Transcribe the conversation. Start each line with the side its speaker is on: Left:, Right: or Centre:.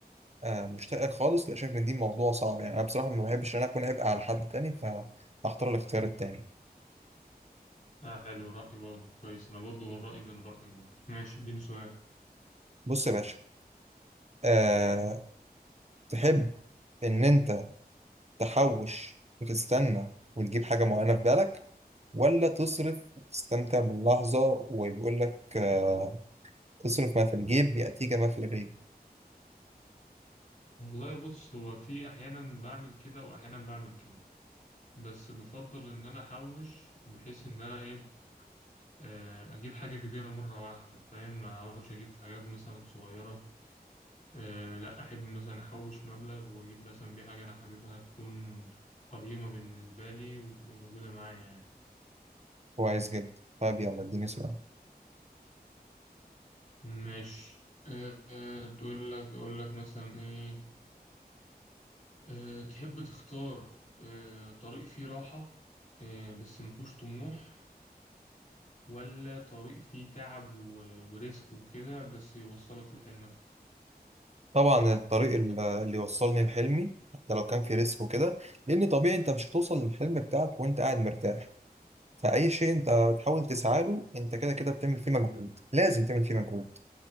Right: آه، مش لاقي خالص لا شايف ان دي موضوع صعب يعني انا بصراحه ما بحبش ان انا اكون عبء على حد تاني فاختار الاختيار التاني
Left: اه حلو رأي برضه كويس انا برضه من رأيي من رأيك برضه ماشي اديني سؤال
Right: بص يا باشا أه تحب ان انت تحوش وتستنى وتجيب حاجه معينه في بالك ولا تصرف وتستمتع باللحظه وبيقول لك أه اصرف ما في الجيب ياتيك ما في الغيب
Left: والله بص هو في احيانا بعمل كده واحيانا بعمل كده بس بفضل ان انا احوش بحيث ان انا ايه آه، اجيب حاجة كبيرة مرة واحدة فاهم ما اقعدش اجيب في حاجات مثلا صغيرة أه لا احب مثلا احوش مبلغ واجيب مثلا بيه حاجة انا حاببها تكون قيمة بالنسبة لي وتبقى موجودة معايا يعني
Right: كويس جدا طيب يلا اديني سؤال
Left: ماشي أه آه، تقول لك اقول لك مثلا ايه أه تحب تختار أه طريق فيه راحة أه بس مفهوش طموح ولا طريق فيه تعب و- وريسك وكده بس يوصلك لحلمك
Right: طبعا الطريق ال- اللي يوصلني لحلمي حتى لو كان في ريسك وكده لان طبيعي انت مش هتوصل للحلم بتاعك وانت قاعد مرتاح فأي شيء أنت بتحاول تسعى له أنت كده كده بتعمل فيه مجهود لازم تعمل فيه مجهود